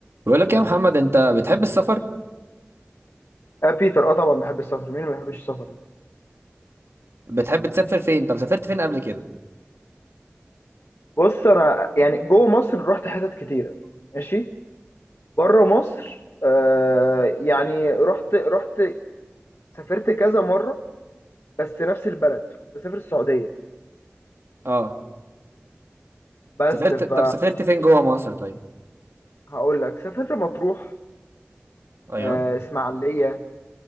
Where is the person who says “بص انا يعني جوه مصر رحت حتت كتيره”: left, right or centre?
Left